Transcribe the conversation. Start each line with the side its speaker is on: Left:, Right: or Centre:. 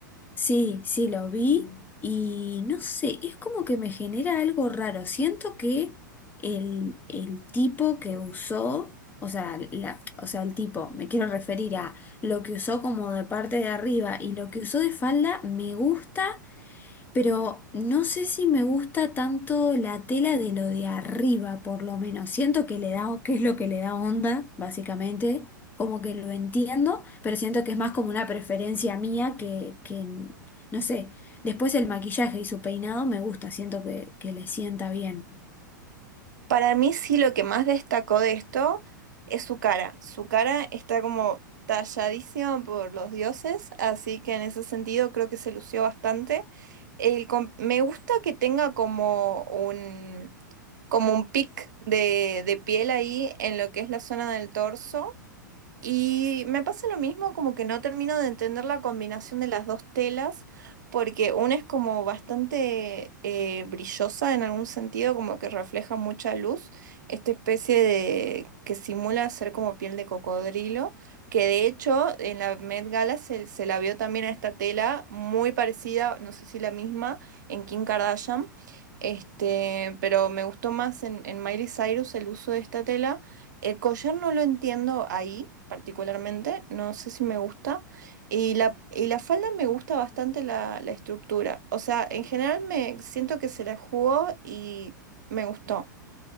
Left: Sí, sí, lo vi
Right: Mm.
Left: y no sé, es como que me genera algo raro. Siento que el, el tipo que usó, o sea, la, o sea, el tipo, me quiero referir a lo que usó como de parte de arriba y lo que usó de falda, me gusta, pero no sé si me gusta tanto la tela de lo de arriba, por lo menos. Siento que le da, que es lo que le da onda, básicamente, como que lo entiendo, pero siento que es más como una preferencia mía que, que, no sé. Después el maquillaje y su peinado me gusta, siento que, que le sienta bien.
Right: Para mí sí lo que más destacó de esto es su cara. Su cara está como talladísima por los dioses, así que en ese sentido creo que se lució bastante. El com- me gusta que tenga como un, como un pic de, de piel ahí en lo que es la zona del torso. Y me pasa lo mismo, como que no termino de entender la combinación de las dos telas, porque una es como bastante eh, brillosa en algún sentido, como que refleja mucha luz, esta especie de que simula ser como piel de cocodrilo, que de hecho en la Met Gala se, se la vio también a esta tela muy parecida, no sé si la misma, en Kim Kardashian. Este, pero me gustó más en, en Miley Cyrus el uso de esta tela. El collar no lo entiendo ahí particularmente, no sé si me gusta. Y la, y la falda me gusta bastante la, la estructura. O sea, en general me siento que se la jugó y me gustó.